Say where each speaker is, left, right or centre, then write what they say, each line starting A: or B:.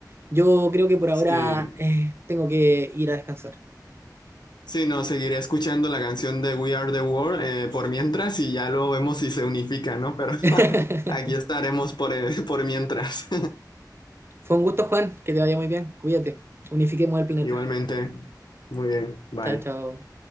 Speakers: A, on the right; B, on the left.
A: Yo creo que por ahora
B: Sí.
A: eh, tengo que ir a descansar.
B: Sí, no, seguiré escuchando la canción de We Are the World eh, por mientras y ya luego vemos si se unifica, ¿no? Pero <laughs>
A: <laughs>
B: aquí estaremos por, eh, por mientras.
A: Fue un gusto, Juan, que te vaya muy bien. Cuídate. Unifiquemos
B: <laughs>
A: el planeta.
B: Igualmente. Muy bien, bye.
A: Chao, chao.